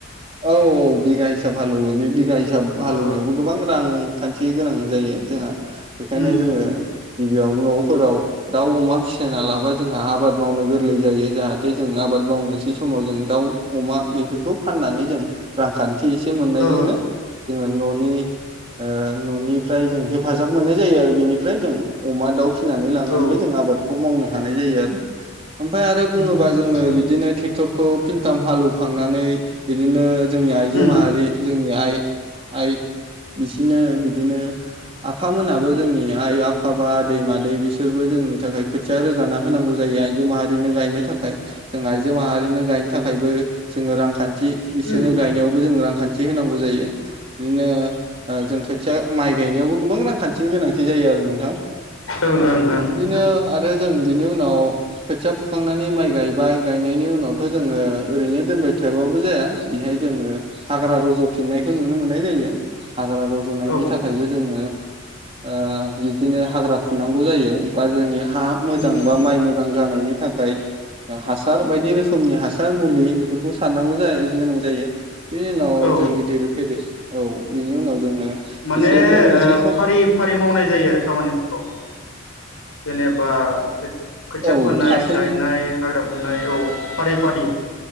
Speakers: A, on the right; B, on the left.
A: औ औ बिगा हिसाब हालवो बे बि हिसाब हालेवनायावबो
B: अ
A: गोबां रां खान्थि गोनां जायो जोंहा बेखायनो
B: उम
A: जोङो
B: उम
A: गिबियावनो न'आव फोराव दा- अमा फिसिना लाबा जोंहा आबाद मावनो गोरलै जायो जाहाथे जों आबाद मावनोसै समाव जों दाउ अमा बेफोरखौ फाननानै जों रांखान्थि थि एसे मोननायजोंनो
B: अ
A: जोङो न'नि ओ न'निफ्राय जों हेल्प जाब मोननाय जायो आ रो बेनिफ्राय जों अमा दाउ फिनानै लानानैबो
B: औ
A: जों आबादखौ मावनो हानाय जायो आरो ओमफ्राय आरो बुङोबा
B: आदसा
A: जोङो बिदिनो ट्रेक्टर खौ फिनथाम हालौखांनानै बिदिनो जोंनि आइजो
B: उम
A: माहारि जोंनि आइ आइ बिस दिनो बिदिनो आफामोनहाबो जोंनि आइ आफा बा दै मादै बिसोरबो जोंनि थाखाय खोथिया रोगाना होनांगौ जायो आइ जो माहारिनो गायनो थाख खाय जों आइजो माहारिनो गायनो थाखायबो जोङो रांखान्थि इसोरनो
B: उम
A: गायनायावबो जों रांखान्थि होनांगौ जायो बिदिनो जों खोथिया माइ गायनायावबो गु बां रांखान्थिनि गोनांथि जायो आरो नोंथां
B: ओं ओं ओं
A: बिदिनो
B: नोंथां
A: आरो जों बिनि उनाव खोथिया फुखांनानै माइ गायबाय गायनायनि उनावथ' जोङो ओरैनो दोनबाय थाबाबो जाया बेहाय जोङो हाग्रा रज'फिननायखौ नुनो मोननाय जायो हाग्रा रज'नायनि
B: औ
A: थाखायबो जोङो आ बिदिनो हाग्रा फुनांगौ जायो बा जोंनि हा मोजां
B: उम
A: बा माइ मोजां जानायनि थाखाय हासा सार बायदि रोखोमनि हासार मुलि बेफोरखौ सारनांगौ जा गोनां जायो बि उनाव
B: औ
A: जों गिदिर फेदे औ बिनि उनाव जोङो
B: माने
A: एसे मोननोसै
B: ओ
A: सम
B: फारि फारि मावनाय जायो आरो खामानिफोरखौ जेनेबा खोथिया
A: औ
B: फोनाय
A: फारसेन
B: गायनाय हाग्रा फुनाय औ फारि फारि